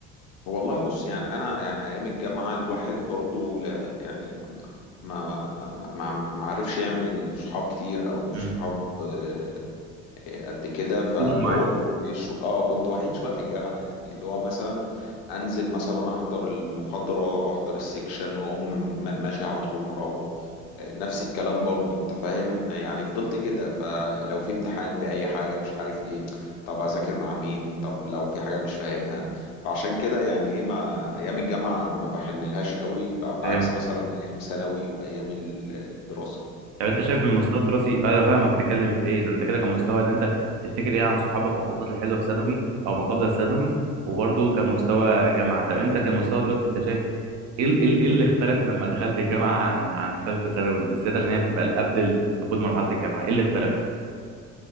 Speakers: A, on the left; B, on the right.
A: والله بص يعني أنا يعني أيام الجامعة الواحد برضو لا يعني ما ما ما ما ما ما عرفش يعمل صحاب كتير أو صحاب
B: امم
A: آه، قد كده فاللي
B: تموا معاك
A: هو كنت شو اه كنت وحيد شوية في الجامعة يعني اللي هو مثلا أنزل مثلا أحضر المحاضرة أو أحضر السكشن وأقوم م- ماشي على طول مروح نفس الكلام برضو انت فاهم يعني فضلت كده فلو في امتحان في اي حاجة مش عارف ايه طب اذاكر مع مين طب لو في حاجة مش فاهمها فعشان كده يعني ايه ما ايام الجامعة ما بحنلهاش قوي ب- بعكس
B: امم
A: مثلا ايام ثانوي وايام الدراسة
B: طب انت شايف من المستوى الدراسي ايوه فاهمك بتتكلم في ايه ده انت كده كمستوى اللي انت تفتكر ايه عن صحابك واللحظات الحلوه في ثانوي او ما قبل الثانوي وبرده كمستوى جامعه طب انت كمستوى دراسي انت شايف ايه ال- ايه ال- ايه اللي اختلف لما دخلت الجامعه عن عن ثالثه ثانوي بالذات عشان هي بتبقى قبل دخول مرحله الجامعه ايه اللي اختلف